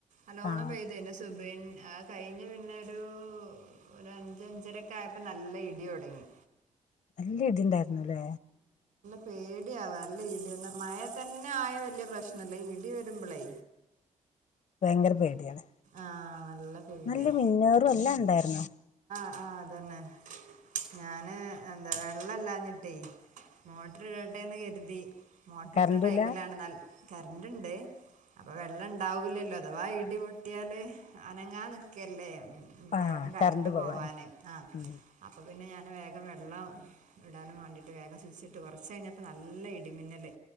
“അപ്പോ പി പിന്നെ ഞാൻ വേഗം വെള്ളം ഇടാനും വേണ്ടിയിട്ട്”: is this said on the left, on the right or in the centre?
Right